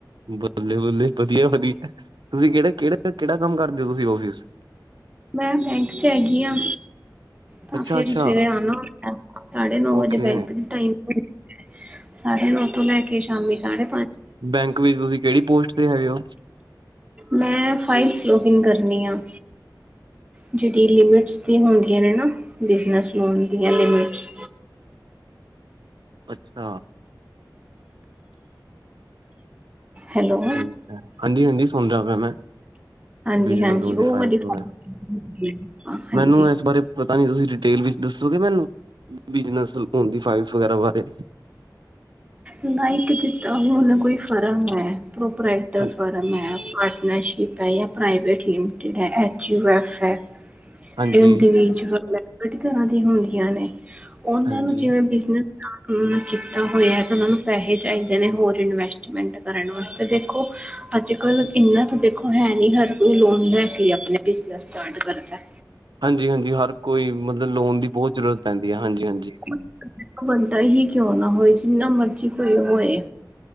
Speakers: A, on the right (about 80°); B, on the right (about 15°).
A: ਬੱਲੇ-ਬੱਲੇ, ਵਧੀਆ-ਵਧੀਆ ਤੂਸੀ ਕੇੜੇ, ਕੇੜੇ, ਕੈੜਾ ਕਾੰਮ ਕਰਦੇ ਓ ਤੂਸੀ ਔਫਿੱਸ?
B: ਮੈਂ ਬੈਂਕ ਚ ਹੈਗੀ ਆਂ। ਤਾਂ
A: ਅੱਛਾ
B: ਫੇਰ
A: ਅੱਛਾ
B: ਸਵੇਰੇ ਆਨਾ ਹੋਂਦੇ, ਸਾਡੇ ਨੌ ਵਜੇ
A: ਓਕੇ
B: ਬੈਂਕ ਦੀ ਟਾਈਮ <inaudible> ਸਾਡੇ ਨੌ ਤੋਂ ਲੈ ਕੇ ਸ਼ਾਮੀ ਸਾਡੇ
A: ਬੈਂਕ ਵਿੱਚ ਤੂਸੀ ਕੈੜੀ ਪੋਸਟ ਤੇ ਹੈਗੇ ਓ?
B: ਮੈਂ ਫਾਈਲਸ ਲੌਗਿਨ ਕਰਨੀ ਆਂ। ਜੇੜੀ ਲਿਮਿਟਸ ਦੀ ਹੋਨਦੀਆਂ ਨੇ ਨਾ, ਬਿਜਨਸ ਲੋਨ ਦੀਆਂ ਲਿਮਿਟਸ
A: ਅੱਛਾ।
B: ਹੈਲੋ
A: ਠੀਕੈ, ਹਾਂਜੀ-ਹਾਂਜੀ ਸੂਨ ਰੇਆ ਪੈ ਮੈਂ।
B: ਹਾਂਜੀ,
A: ਬਿਜਨਸ
B: ਹਾਂਜੀ
A: ਲੋਨ ਦੀ
B: ਓ
A: ਫਾਈਲਸ
B: ਵਾਲੀ
A: ਵਗੈਰਾ
B: <inaudible> ਹਾਂਜੀ।
A: ਮੈਨੂੰ ਇਸ ਬਾਰੇ ਪਤਾ ਨੀ ਤੂਸੀ ਡਿਟੇਲ ਵਿੱਚ ਦੱਸੋਗੇ ਮੈਨੂੰ, ਬਿਜਨਸ ਲੋਨ ਦੀ ਫਾਈਲਸ ਵਗੈਰਾ ਬਾਰੇ?
B: ਨਾ ਇੱਕ ਜਿੱਦਾ ਹੂਨ ਕੋਈ ਫਰਮ ਐ ਪ੍ਰੋਪਰਾਈਟਰ
A: ਹਾਂ-
B: ਫਰਮ ਹੈ ਪਾਰਟਨਰਸੀ਼ਪ ਪੈਆ ਪ੍ਰਾਈਵੇਟ ਲਿਮਿਟਿਡ ਹੈ, ਐਚ ਯੂ ਐਫ ਹੈ,
A: ਹਾਂਜੀ
B: ਇੰਡੀਵਿਜ਼ੂਅਲ ਐ ਬੜੀ ਤਰਾਂ ਦੀ ਹੁੰਦੀਆਂ ਨੇ, ਓਨਾਂ
A: ਹਾਂਜੀ
B: ਨੂੰ ਜਿਵੇਂ ਬਿਜਨਸ ਸਟਾਰਟ ਹੋਨ ਵਿੱਚ। ਤਾਂ ਹੋਏਆ ਤਾਂ ਓਨਾਂ ਨੂੰ ਪੈਹੇ ਚਾਈਦੇ ਨੇ ਹੋਰ ਇਨਵੈਸਟਮੈਂਟ ਕਰਨ ਵਾਸਤੇ ਦੇਖੋ ਅਜ-ਕਲ ਕਿੰਨਾ ਤਾਂ ਦੇਖੋ ਹੈ ਨੀ ਹਰ ਕੋਈ ਲੋਨ ਲੈ ਕੇ ਈ ਅਪਨੇ ਬਿਜਨਸ ਸਟਾਰਟ ਕਰ <inaudible>
A: ਹਾਂਜੀ, ਹਾਂਜੀ ਹਰ ਕੋਈ ਮਤਲਬ ਲੋਨ ਦੀ ਬੋਤ ਜ਼ਰੂਰਤ ਪੈਂਦੀ ਐ ਹਾਂਜੀ, ਹਾਂਜੀ।
B: <unintelligible> ਬੰਦਾ ਹੀ ਕਿਉਂ ਨਾ ਹੋਏ ਜਿੰਨਾ ਮਰਜੀ ਕੋਈ ਹੋਏ